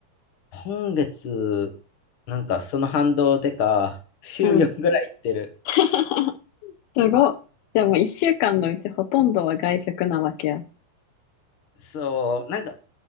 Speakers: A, on the left; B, on the left.
A: 今月、なんかその反動でか、週4ぐらい行ってる。
B: うん。<laughs> すごっ。でも一週間のうちほとんどは外食なわけや。
A: そう、なんか、